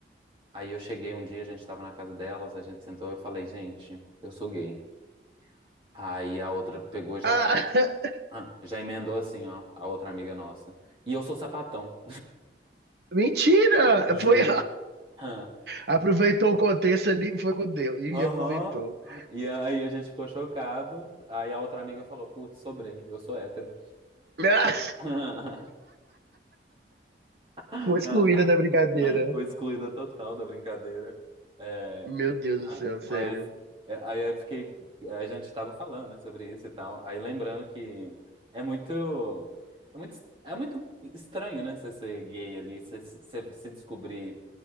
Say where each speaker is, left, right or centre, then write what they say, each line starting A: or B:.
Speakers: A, on the right; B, on the right.
A: Aí eu cheguei um dia, a gente estava na casa delas, a gente sentou e eu falei, gente, eu sou gay. Aí a outra pegou e já,
B: Ah, <laughs>
A: ah, já emendou assim, ó, a outra amiga nossa. E eu sou sapatão,
B: mentira!
A: <laughs>
B: Foi.
A: juro.
B: <laughs>
A: Ah,
B: Aproveitou o contexto ali, foi com Deus. E
A: Aham.
B: aproveitou. <laughs>
A: E aí a gente ficou chocado. Aí a outra amiga falou, putz, sobrei, eu sou hétero.
B: Ah,
A: <laughs> <laughs>
B: Foi excluída da brincadeira.
A: Foi excluída total da brincadeira. É,
B: Meu Deus do
A: ah,
B: céu, sério.
A: mas é, aí eu fiquei. A gente estava falando, né, sobre isso e tal. Aí lembrando que é muito. É muito, é muito estranho, né? Você ser gay ali, você, você se descobrir